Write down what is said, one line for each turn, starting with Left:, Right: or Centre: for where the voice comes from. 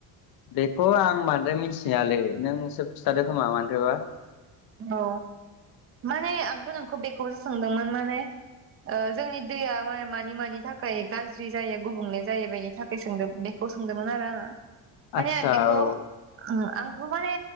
Left: बेखौ आं बद्राय मिथिनायालै नोंसोर खिथादो खोमा बांद्रायबा
Right: औ माने आंथ' नोंखौ बेखौसो सोंदोंमोन माने जोंनि दैया मानि मानि थाखाय गाज्रि जायो गुबुंले जायो बेनि थाखाय सोंदों बेखौ सोंदोंमोन आरो आंहा माने
Left: आदसा
Right: आं बेखौ
Left: औ
Right: आंथ' माने